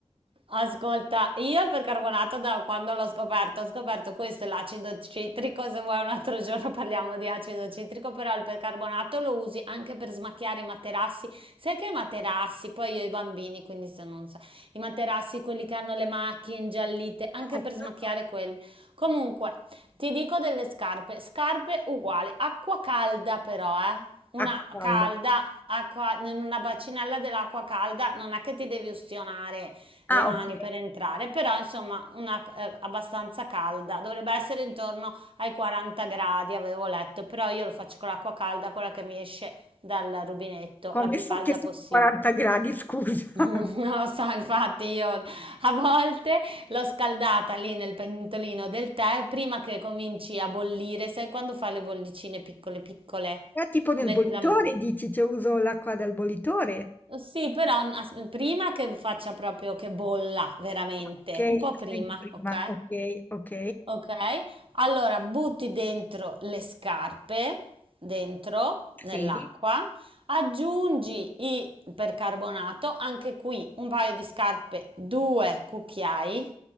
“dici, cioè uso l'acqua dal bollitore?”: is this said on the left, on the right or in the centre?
Left